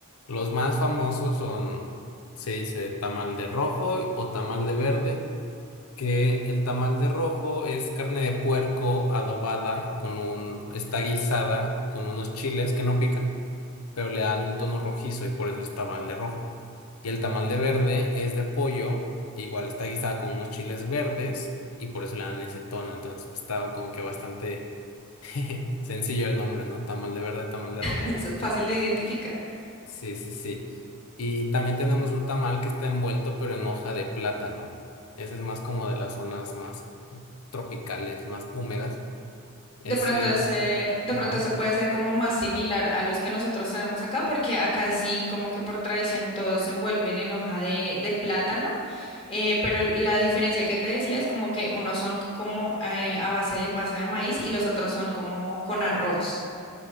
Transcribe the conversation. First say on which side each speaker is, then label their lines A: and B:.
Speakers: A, on the left; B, on the left.
A: los más famosos son, se dice tamal de rojo o tamal de verde que el tamal de rojo es carne de puerco adobada con un, está guisada con unos chiles que no pican, pero le dan un tono rojizo y por eso es tamal de rojo. Y el tamal de verde es de pollo, e igual está guisada con unos chiles verdes y por eso le dan ese tono. Entonces estaba como que bastante <laughs> sencillo el nombre, ¿no? Tamal de verde, tamal de rojo.
B: Es fácil de identificar.
A: Sí, sí, sí. Y también tenemos un tamal que está envuelto, pero en hoja de plátano. Ese es más como de las zonas más tropicales, más húmedas. Ese,
B: De pronto ese, de
A: ajá,
B: pronto ese puede ser como más similar a los que nosotros tenemos acá, porque acá sí como que por tradición todos se envuelven en hoja de, de plátano, eh, pero la diferencia que te decía es como que unos son c- como eh, a base de masa de maíz y los otros son como con arroz.